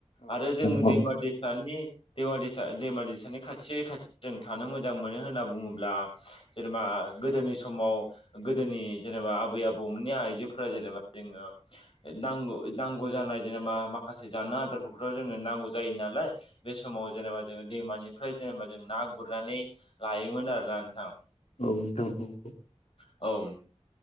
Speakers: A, on the left; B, on the left.
A: आरो जों
B: उम
A: दैमा दै सानि दैमा दैसा दैमा दैसानि खाथि खाथि जों थानो मोजां मोनो होनना बुङोब्ला जेनेबा गोदोनि समाव गोदोनि जेनेबा आबै आबौमोननि आइजोफोरा जेनेबा जोङो नांगौ नांगौ जानाय जेनेबा माखासे जानो आदारफोरखौथ' जोङो नांगौ जायो नालाय। बे समाव जेनेबा जोङो दैमानिफ्राय जेनेबा जों ना गुरनानै लायोमोन आरोना नोंथां।
B: औ नोंथां औ औ।
A: औ।